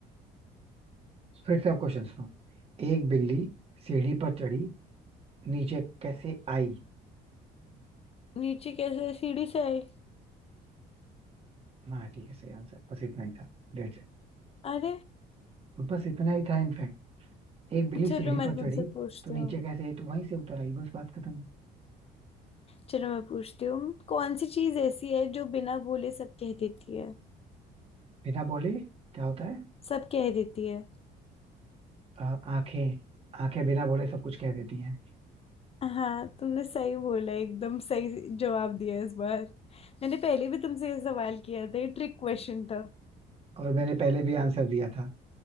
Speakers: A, on the right (about 35°); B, on the left (about 35°).
A: फिर से आप क्वेश्चन सुनो एक बिल्ली सीढ़ी पर चढ़ी नीचे कैसे आई
B: नीचे कैसे सीढ़ी से आई
A: हाँ ठीक है सही आंसर बस इतना ही था That's it
B: अरे
A: बस इतना ही था इनफैक्ट एक बिल्ली
B: चलो
A: सीढ़ी
B: मैं
A: पर
B: तुमसे
A: चढ़ी
B: पूछती
A: तो नीचे
B: हूँ
A: कैसे आई तो वहीं से उतर आई बस बात खत्म
B: चलो मैं पूछती हूँ कौन सी चीज ऐसी है जो बिना बोले सब कह देती है
A: बिना बोले क्या होता है
B: सब कह देती है
A: आ- आंखें आंखें बिना बोले सब कुछ कह देती हैं
B: हाँ तुमने सही बोला एकदम सही जवाब दिया इस बार मैंने पहले भी तुमसे ये सवाल किया था ये ट्रिक क्वेश्चन था
A: और मैंने पहले भी आंसर दिया था